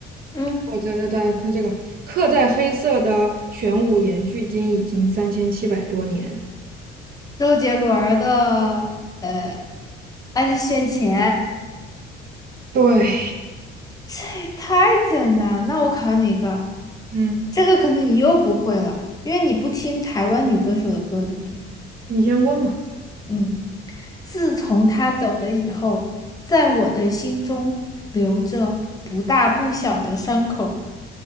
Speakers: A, on the left; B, on the right.
A: 嗯，
B: 我觉得它它这个刻在黑色的玄武岩距今已经三千七百多年。
A: 周杰伦儿的呃《爱在眼前》，
B: 对，
A: 这也太简单了。那我考你一个，
B: 嗯，
A: 这个可能你又不会了，因为你不听台湾女歌手的歌，对不对？
B: 你先问嘛，
A: 嗯，自从他走了以后，在我的心中留着不大不小的伤口。